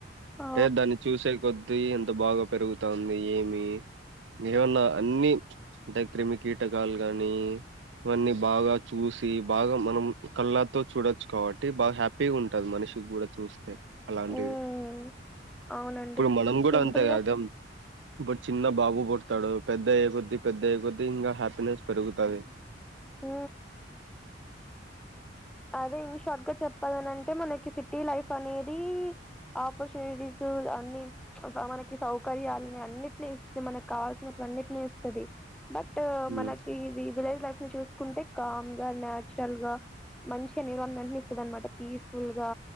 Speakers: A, in the centre; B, on the right.
A: ఆ
B: ఐతే దాన్ని చూసే కొద్ ఎంత బాగా పెరుగుతుంది ఏమి ఏమన్నా అన్ని ద క్రిమిక కిటకాలు గాని ఇవన్నీ బాగా చూసి బాగా మనం కళ్ళతో చూడొచ్చు కాబట్టి బాగా హ్యాపీగా ఉంటది మనిషికి కూడా చూస్తే అలాంటివి
A: మ్మ్ అవునండి
B: ఇప్పుడు మనం కూడా
A: సింపుల్గా
B: అంతే కదాం బట్ చిన్న బాబు పుడతాడు పెద్దయ్యే కొద్ది పెద్దయ్యే కొద్ది తింగ హట్ పనెస్ పెరుగుతాంది
A: ఊ అదే ఇన్షార్ట్ గా చెప్పాలనంటే మనకి సిటీ లైఫ్ అనేది ఆపర్చునిటీస్ అన్ని మనకి సౌకర్యాలని అన్నింటిని ఇస్తు మనకి కావాల్సినటు అన్నింటిని ఇస్తుంది బట్
B: ఉమ్
A: మనకి ఇది విలేజ్ లైఫ్ చూసుకుంటే కామ్ గా నాచురల్ గా మంచి ఎన్విరాన్మెంట్ ని ఇస్తుద అనమాట పీస్ఫుల్ గా